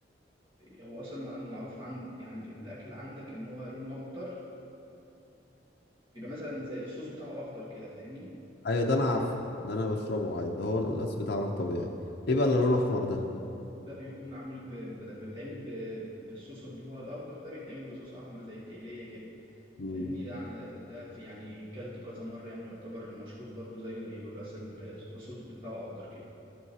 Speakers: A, on the right (about 30°); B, on the left (about 60°).
A: هو اصلا معروف عن يعني في الاكل عندك ان هو لونه اخضر بيبقى مثلا زي الصوص بتاعه اخضر كده فاهمني
B: ايوه ده انا عارفه ده انا بشربه عادي ده هو القلقاس بتاعنا الطبيعي ايه بقى اللي لونه احمر ده
A: ده بيكون معمول ب... بدل ما بيتعمل ب... بالصوص اللي هو الأخضر ده بيتعمل بصوص أحمر زي التقلية كده
B: امم
A: فاهمني ده ع- ده في يعني كلته كذا مرة يعني يعتبر مشهور برضو زيه زي القلقاس ال- الصوص بتاعه أخضر كده